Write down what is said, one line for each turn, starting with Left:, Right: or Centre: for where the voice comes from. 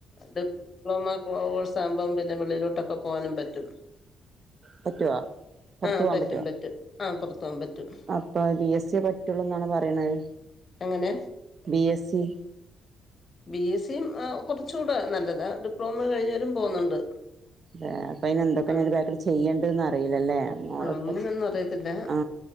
Left: ഡിപ്ലോമ കോഴ്സ് ആകുമ്പം പിന്നെ വിെളിലോട്ട് ഒക്കെ പോകാനും പറ്റും
Right: പറ്റുവോ പുറത്തു
Left: ആഹ്
Right: പോകാൻ
Left: പറ്റും
Right: പറ്റുവോ
Left: പറ്റും ആഹ് പുറത്ത് പോവാൻ പറ്റും.
Right: അപ്പൊ ബി എസ് സിയെ പറ്റുള്ളൂ എന്നാണ് പറയിണത്.
Left: അങ്ങനെ
Right: ബീ എസ് ഇ
Left: ബി എസിയും ആ കൊറച്ചുടെ നല്ലതാ ഡിപ്ലോമ കഴിഞ്ഞവരും പോകുന്നുണ്ട്.
Right: ആ അപ്പൊ അന് എന്തൊക്കെ
Left: ആഹ്
Right: ഞന് ഒരു ബാക്കില് ചെയ്യണ്ടന്ന് അറിയില്ലല്ലേ. മോള്
Left: അങ്ങനൊന്നും
Right: ഇപ്പ ചെ
Left: അറിയത്തില്ല
Right: ആ